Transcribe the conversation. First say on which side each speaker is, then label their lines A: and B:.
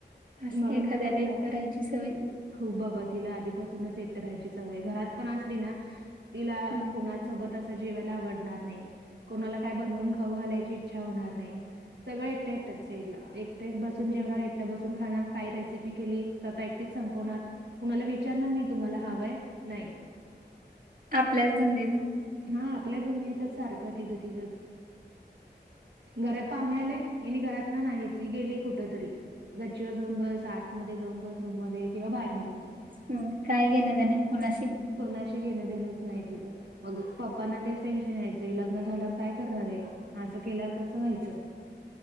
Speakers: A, on the right; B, on the right.
A: असते
B: म्हणून
A: एखाद्याला
B: तर
A: एकट राहायची सवय.
B: खूप बाबा, तिला आधीपासूनच एकट राहायची सवय, घरात पण असली ना तिला
A: हम्म
B: कोणा सोबतच जेवायला आवडणार नाही. कोणाला काय बनवून खाऊ घालायची इच्छा होणार नाही. सगळं एकट-एकट साईडला एकटे बसून जेवणार, एकट बसून खाणार, काय रेसिपी केली स्वतः एकटीच संपवणार, कुणाला विचारणार नाही. तुम्हाला हवंय नाही.
A: आपल्याच धंदीत.
B: हा आपल्या दोनियातच सारखं तिचं तिजंच. घरात पाहुणे आले हेनि घरात ना नाहीच गेली कुठ तरी गच्चीवर जाऊन बस, आतमध्ये जाऊन बस, रूम मध्ये किंवा बाहेर निघून जा.
A: हम्म, काही घेन देणं नाही कुणाशी.
B: कोणाशी घेणं देणंच नाही तिचं. मग पप्पांना तेच टेन्शन यायचंय, लग्न झाल्यावर काय करणार आहे. असं केल्यावर कसं व्हायचं. <inaudible>